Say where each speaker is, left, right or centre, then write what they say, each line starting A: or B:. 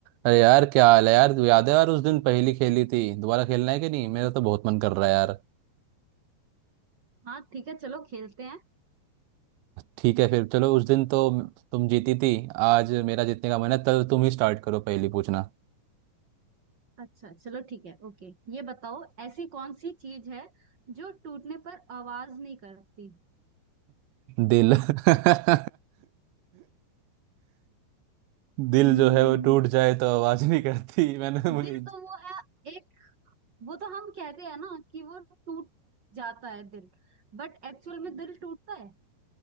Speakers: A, on the right; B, on the right.
A: अरे यार क्या हाल है यार तू याद है यार उस दिन पहली खेली थी दोबारा खेलना है कि नहीं मेरा तो बहुत मन कर रहा है यार
B: हाँ ठीक है चलो खेलते हैं
A: ठीक है फिर चलो उस दिन तो तुम जीती थी आज मेरा जीतने का मन है तो तुम ही स्टार्ट करो पहली पूछना
B: अच्छा चलो ठीक है ओके ये बताओ ऐसी कौन सी चीज है जो टूटने पर आवाज नहीं करती
A: दिल <laughs> दिल
B: हम्म
A: जो है वो टूट जाए तो आवाज नहीं करती <laughs> मैंने तो मुझे
B: दिल तो वो है एक वो तो हम कहते हैं ना कि वो टूट जाता है दिल बट एक्चुअल में दिल टूटता है